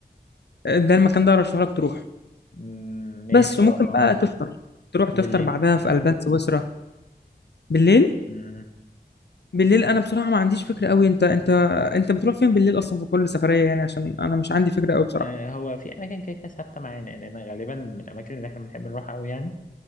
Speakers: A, on the left; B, on the left.
A: آه، ده المكان ده ارشح لك تروح
B: مم، ماشي
A: بس وممكن
B: اه آه.
A: بقى تفطر تروح تفطر
B: وبالليل
A: بعدها في البان سويسرا بالليل
B: م-
A: بالليل انا بصراحه ما عنديش فكره قوي انت انت انت بتروح فين بالليل اصلا في كل سفريه يعني عشان انا مش عندي فكره قوي بصراحه
B: آه، هو في اماكن كده كده ثابته معانا يعني انا غالبا من الاماكن اللي احنا بنحب نروحها قوي يعني